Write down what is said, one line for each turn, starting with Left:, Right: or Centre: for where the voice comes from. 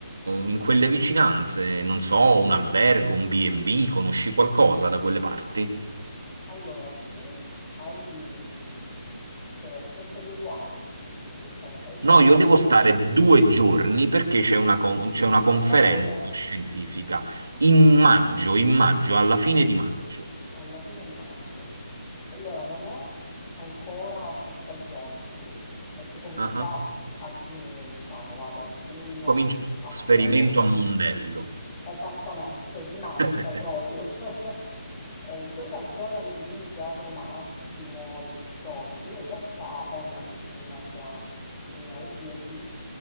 Right: in quelle vicinanze? Non so, un albergo, un B&B, conosci qualcosa da quelle parti?
Left: Allora, tu hai... mh, Che, che periodo hai per- di questa conferenza?
Right: No,
Left: Quando
Right: io devo stare
Left: vieni?
Right: due giorni perché c'è una, con- c'è una conferenza
Left: E quando vieni?
Right: scientifica in maggio, in maggio, alla fine di maggio.
Left: Alla fine di maggio. Allora, non è ancora alta stagione qui, perché comincia
Right: Ah,
Left: a giugno, diciamo, va da giugno
Right: Comincia il
Left: a
Right: trasferimento
Left: fine agosto.
Right: a Mondello.
Left: Esattamente, di massa
Right: <laughs>
Left: proprio. <laughs> E in quella zona lì, Teatro Massimo e dintorni, io in realtà ho una cugina che ha un, un B&B.